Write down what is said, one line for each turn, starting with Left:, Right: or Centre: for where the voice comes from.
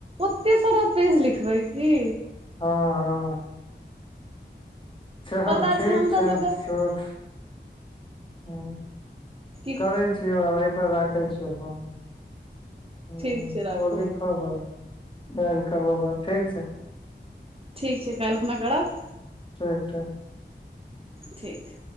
Right: ओते सारा पेज लिखबै की
Left: हँ चल
Right: पता
Left: ठीक
Right: हमरा
Left: छै
Right: सबके
Left: सुत ह
Right: कि
Left: करै छै आब ऐ पर राखै छियौ फोन हँ
Right: ठीक छै राखू
Left: ओ लिख हँ हँ काइल करबो बात ठीक छै
Right: ठीक छै काल्हिखुना करब
Left: ठीक ठीक
Right: ठीक